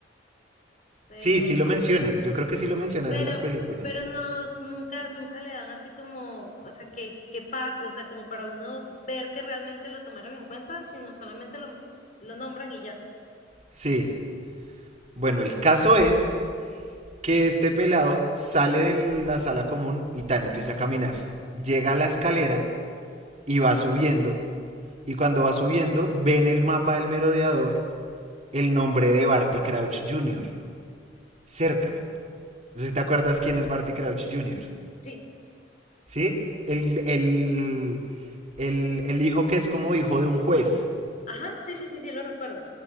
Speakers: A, on the left; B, on the right.
A: pero,
B: Sí, sí lo mencionan. Yo creo que sí lo mencionan
A: pero,
B: en las películas.
A: pero nos nunca, nunca le dan así como, o sea, que, que pase, o sea, como para uno ver que realmente lo tomaron en cuenta, sino solamente lo, lo nombran y ya.
B: Sí. Bueno, el caso es que este pelado sale de la sala común y tan empieza a caminar. Llega a la escalera y va subiendo Y cuando va subiendo, ve en el mapa del merodeador el nombre de Barty Crouch Jr. cerca. No sé si te acuerdas quién es Barty Crouch Jr.
A: Sí,
B: ¿Sí? El, el, el, el hijo que es como hijo de un juez,
A: ajá, sí, sí, sí, sí lo recuerdo.